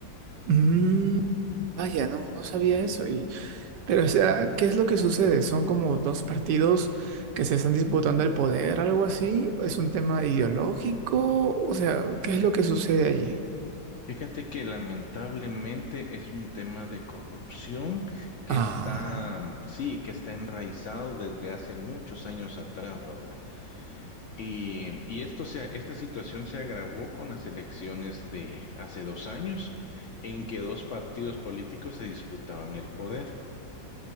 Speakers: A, on the right; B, on the left.
A: mm, vaya, no, no sabía eso. Pero, o sea, ¿qué es lo que sucede? ¿Son como dos partidos que se están disputando el poder, algo así? ¿Es un tema ideológico? O sea, ¿qué es lo que sucede allí?
B: Fíjate que lamentablemente es un tema de corrupción que
A: Ah,
B: está, mm, sí, que está enraizado desde hace muchos años atrás, ¿verdad? Y, y esto se, esta situación se agravó con las elecciones de hace dos años, en que dos partidos políticos se disputaban el poder.